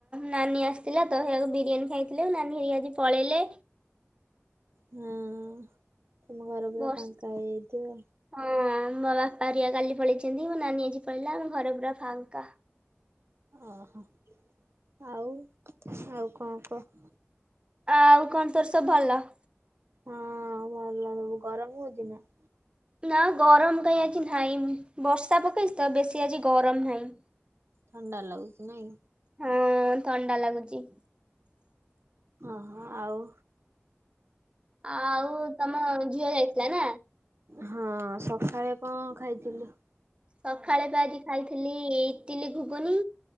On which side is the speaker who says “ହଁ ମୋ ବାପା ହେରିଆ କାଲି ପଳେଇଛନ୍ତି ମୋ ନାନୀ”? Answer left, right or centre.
Right